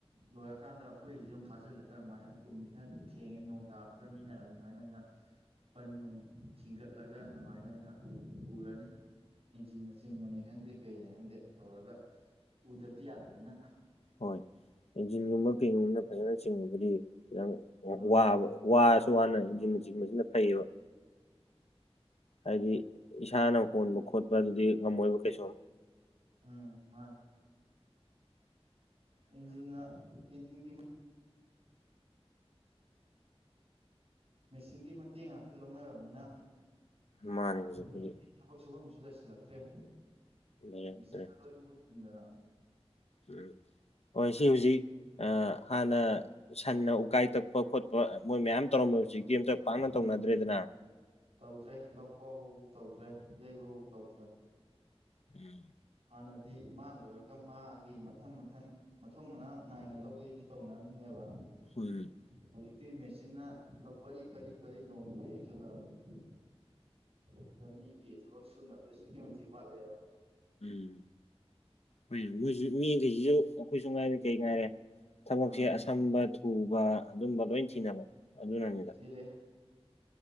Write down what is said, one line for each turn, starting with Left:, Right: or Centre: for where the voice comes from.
Right: ꯂꯣꯏꯔꯀꯥꯟꯗ ꯑꯩꯈꯣꯏꯒꯤꯁꯦ ꯑꯃꯨꯛ ꯊꯥꯖꯤꯜꯂꯒ ꯑꯗꯨꯃꯥꯏꯅ ꯀꯨꯝꯁꯤ ꯈꯔꯗꯤ ꯊꯦꯡꯉꯦ ꯅꯣꯡꯇ ꯇꯥꯔꯛꯇꯝꯃꯤꯅ ꯑꯗꯨꯃꯥꯏꯟꯅ ꯑꯣꯏꯅ ꯄꯟ ꯅꯨꯡ ꯊꯤꯡꯒꯠꯂꯒ ꯑꯗꯨꯃꯥꯏꯅ ꯑꯣꯏꯅ ꯎꯔꯅꯤ ꯏꯟꯖꯤꯟꯅ ꯆꯤꯡꯕꯅꯤ ꯈꯪꯗꯦ ꯀꯩꯩꯅ ꯈꯪꯗꯦ ꯇꯧꯔꯒ ꯎꯗꯕꯗꯤ ꯌꯥꯗꯕꯅꯤꯅ
Left: ꯍꯣꯏ ꯏꯟꯖꯤꯟꯒꯨꯝꯕ ꯀꯩꯒꯨꯝꯕꯅ ꯐꯖꯅ ꯆꯤꯡꯉꯕꯨꯗꯤ ꯌꯥꯝ
Right: ꯑꯥ
Left: ꯋꯥꯕ ꯋꯥꯔꯁꯨ ꯋꯥꯅ ꯏꯟꯖꯤꯟꯅ ꯆꯤꯡꯕꯁꯤꯅ ꯐꯩꯌꯦꯕ ꯍꯥꯏꯗꯤ ꯏꯁꯥꯅ ꯍꯣꯟꯕ ꯈꯣꯠꯄ ꯑꯗꯨꯗꯤ ꯉꯝꯃꯣꯏꯕ ꯀꯩꯁꯨ
Right: ꯎꯝ ꯃꯥꯅꯦ ꯏꯟꯖꯤꯟꯅꯥ ꯏꯟꯖꯤꯟꯒꯤ ꯃꯦꯆꯤꯟꯒꯤ ꯃꯇꯦꯡ ꯉꯥꯛꯇ ꯂꯧꯅꯔꯕꯅꯤꯅ
Left: ꯃꯥꯅꯦ ꯍꯧꯖꯤꯛꯄꯨꯗꯤ
Right: ꯃꯤ ꯊꯕꯛ ꯁꯨꯐꯝꯁꯨ ꯂꯩꯁꯤꯜꯂꯛꯇ꯭ꯔꯦ
Left: ꯂꯩꯔꯛꯇ꯭ꯔꯦ
Right: ꯃꯦꯆꯤꯟꯅ ꯂꯣꯏ ꯃꯍꯨꯠ ꯁꯤꯟꯗꯅ
Left: ꯎꯝ ꯍꯣꯏ ꯁꯤ ꯍꯧꯖꯤꯛ ꯑ ꯍꯥꯟꯅ ꯁꯟꯅ ꯎꯀꯥꯏ ꯇꯛ ꯈꯣꯠꯄ ꯈꯣꯠꯄ ꯃꯣꯏ ꯃꯌꯥꯝ ꯇꯧꯔꯝꯃꯤꯕꯁꯤ ꯍꯧꯖꯤꯛꯇꯤ ꯑꯝꯇ ꯄꯥꯛꯅ
Right: ꯎꯝ
Left: ꯇꯧꯅꯗ꯭ꯔꯦꯗꯅ
Right: ꯇꯧꯗ꯭ꯔꯦ ꯂꯧꯈꯧꯕꯕꯨꯛ ꯇꯧꯗ꯭ꯔꯦ ꯌꯩꯕꯕꯨ ꯇꯧꯗ꯭ꯔꯦ
Left: ꯎꯝ
Right: ꯍꯥꯟꯅꯗꯤ ꯃꯥ ꯂꯣꯏꯔꯒ ꯃꯥꯒꯤ ꯃꯊꯪ ꯃꯊꯪ ꯃꯊꯧ ꯃꯅꯥꯎ ꯅꯥꯏꯅ ꯂꯧ ꯌꯩꯔꯁꯦ ꯇꯧꯅꯔꯝꯃꯤꯅꯦꯕ
Left: ꯍꯣꯏ
Right: ꯍꯧꯖꯤꯛꯇꯤ ꯃꯦꯆꯤꯟꯅ ꯂꯧ ꯄꯔꯤ ꯄꯔꯤ ꯄꯔꯤ ꯅꯣꯡꯃꯗꯤ ꯌꯩ ꯈꯜꯂꯛꯑꯕꯅꯤ ꯑꯗꯨꯅ ꯃꯤꯒꯤ ꯊꯕꯛ ꯁꯨꯅꯕꯗ ꯑꯁꯨꯛꯀꯤ ꯃꯇꯤꯛ ꯋꯥꯠꯂꯦꯕ
Left: ꯎꯝ ꯍꯣꯏ ꯃꯣꯏꯁꯨ ꯃꯤꯈꯩꯁꯤꯁꯨ ꯑꯩꯈꯣꯏꯁꯨ ꯉꯥꯏꯔꯦ ꯀꯩ ꯉꯥꯏꯔꯦ ꯊꯕꯛꯁꯦ
Right: ꯑꯥ
Left: ꯑꯁꯝꯕ ꯊꯨꯕ ꯑꯗꯨꯝꯕ ꯂꯣꯏ ꯊꯤꯅꯕ ꯑꯗꯨꯅꯅꯤꯗ
Right: ꯊꯤꯔꯦ